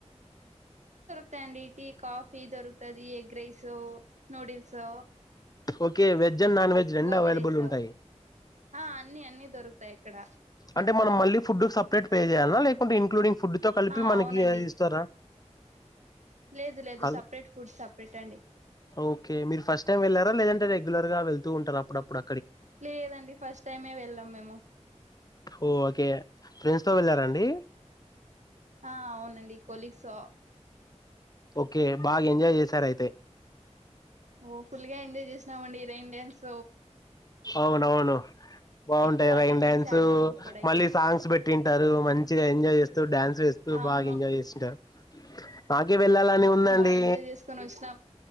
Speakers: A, on the right; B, on the left.
A: తే అండి టీ కాఫీ దొరుకుతది ఎగ్ రైస్ నూడిల్సొ
B: okay veg and non veg రెండు
A: గోబి
B: అవైలబుల్
A: రైస్
B: ఉంటాయి
A: ఆ అన్ని అన్ని దొరుకుతాయి ఇక్కడ
B: అంటే మనం మళ్ళీ ఫుడ్ సపరేట్ పే జేయాల్నా లేకుంటే ఇన్క్లూడింగ్ ఫుడ్ తో కలిపి
A: ఆ
B: మనకి
A: అవునండి
B: ఇస్తారా
A: లేదు లేదు
B: హ
A: సపరేట్ ఫుడ్ సపరేట్ అండి
B: ఓకే మీరు ఫస్ట్ టైం వెళ్ళారా లేదంటే రెగ్ రెగ్యులర్ గా వెళ్తు ఉంటార అప్పుడప్పుడా
A: లేదండి ఫస్ట్ టైమే వెళ్ళాం మేము
B: ఓ ఓకే ప్రెండ్స్ తో వెళ్ళార అండి
A: ఆ అవునండి కొలిగ్సో
B: ఓకే బాగా ఎంజాయ్ జేసారయితే
A: ఓ ఫుల్ గా ఎంజాయ్ చేసినాం అండి రెయిన్ డాన్స్
B: అవునవును బాగుంటయి
A: ఎక్కువ వాటర్
B: రైన్
A: గేమ్స్
B: డ్యాన్సు
A: ఆడినాం అప్పుడైతే
B: మళ్ళీ సాంగ్స్ పెట్టి వింటారు మంచిగ ఎంజాయ్ చేస్తూ డ్యాన్స్ చేస్తూ
A: అవును
B: బాగా ఎంజాయ్ చేస్తుంటారు నాకే వెళ్ళాలని ఉందండి
A: బాగా ఎంజాయ్ చేసుకొని వచ్చినాం